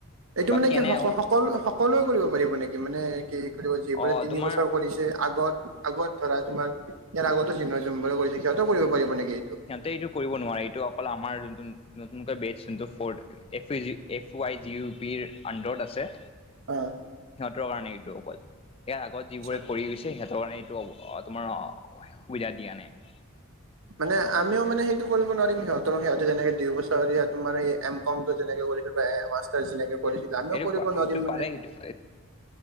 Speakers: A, on the right (about 65°); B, on the left (about 25°).
A: এইটো
B: বাকি
A: মানে কি
B: এনে
A: সক সকলো সকলোৱে কৰিব পাৰিব নেকি? মানে কি কৰিব যিবোৰে
B: অ
A: তিনি
B: তোমাৰ
A: বছৰ কৰিছে আগত। আগত ধৰা তোমাৰ ইয়াৰ আগতে চিনিয়ৰ যোনবোৰ কৰিছে সিহঁতও কৰিব পাৰিব নেকি?
B: সিহঁতে এইটো কৰিব নোৱাৰে এইটো অকল আমাৰ যোনটো নতুনকৈ বে যোনটো ফৰ্ড। F U G F Y G U পিৰ উণ্ডাৰত আছে
A: অঁ।
B: সিহঁতৰ কাৰণে এইটো অকল, ইয়াৰ আগত
A: আচ্ছা
B: যিবোৰে কৰি গৈছে সিহঁতৰ কাৰণে এইটো হ'ব অঁ', তোমাৰ অঁ সুবিধা দিয়া নাই।
A: মানে আমিও মানে সেইটো কৰিব নোৱাৰিম সিহঁতৰ সিহঁতে যেনেক দুই বছৰ ইয়াৰ এই তোমাৰ এম কমটো যেনেকে কৰি প্ৰায় মাষ্টাৰ যেনেকে কৰিছিলে আমিও
B: সেইটো
A: কৰিব
B: সেইটো
A: নোৱাৰিম
B: পাৰে
A: মানে।
B: সেইটো এইটো